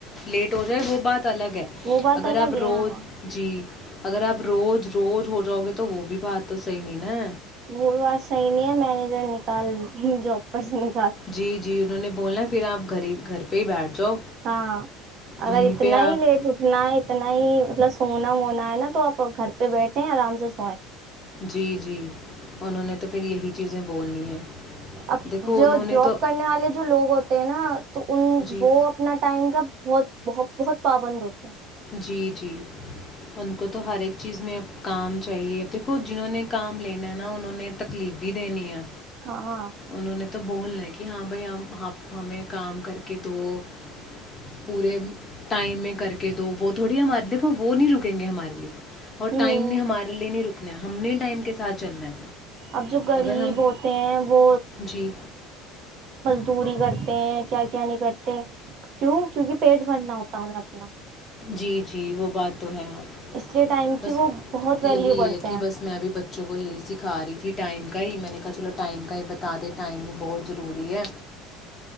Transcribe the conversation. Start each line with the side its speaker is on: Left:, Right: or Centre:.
Left: لیٹ ہو جائے وہ بات الگ ہے
Right: وہ بات
Left: اگر
Right: الگ
Left: آپ
Right: ہے
Left: روز
Right: ہاں
Left: جی اگر آپ روز روز ہو جاؤ گے تو وہ بھی بات تو صحیح نہیں نا
Right: ب بار صحیح نہیں ہے مینجر نکال جاب پر سے ن
Left: جی جی انہوں نے بولا پھر آپ گھر ہی گھر پہ ہی بیٹھ جاؤ
Right: ہاں اگر
Left: وہیں
Right: اتنا
Left: پہ آپ
Right: ہی لیٹ اٹھنا ہے اتنا ہی مطلب سونا وونا ہے نا تو آپ گھر پہ بیٹھیں آرام سے سوئیں
Left: جی جی انہوں نے تو پھر یہی چیزیں بولنی ہیں
Right: اب
Left: دیکھو
Right: جو
Left: انہوں نے
Right: جاب
Left: تو
Right: کرنے والے جو لوگ ہوتے ہیں نا تو ان
Left: جی
Right: وہ اپنا ٹائم کا بہت بہت بہت پابند ہوتے ہیں
Left: جی جی ان کو تو ہر ایک چیز میں اب کام چاہیے اب دیکھو جنہوں نے کام لینا ہے نا انہوں نے تکلیف بھی دینی ہے
Right: ہاں
Left: انہوں نے تو بون ل کہ ہاں بھائی ہم ہمیں کام کر کے دو پورے ٹائم میں کر کے کہ دو وہ تھوڑی ہے ہمارے دیکھو وہ نہیں رکیں گے ہمارے لیے اور
Right: ہوں
Left: ٹائم نے ہمارے لیے نہیں رکنا ہے ہم نے ٹائم کے ساتھ چلنا ہے
Right: اب جو غریب
Left: اگر ہم
Right: ہوتے ہیں وہ
Left: جی
Right: دوری کرتے ہیں کیا کیا نہیں کرتے کیوں کیوںکہ پیٹ بھرنا ہوتا انیں اپنا
Left: جی جی وہ بات تو ہےاں
Right: اس لیے ٹائم
Left: بس
Right: کی وہ بہت ویلیو
Left: یہی
Right: کرتے
Left: ہے کہ
Right: ہیں
Left: بس میں ابھی بچوں کو یہی سکھا رہی تھی ٹائم کا ہی میں نے کہا چلو ٹائم کا یہ بتا دیں ٹائم ہی بہت ضروری ہے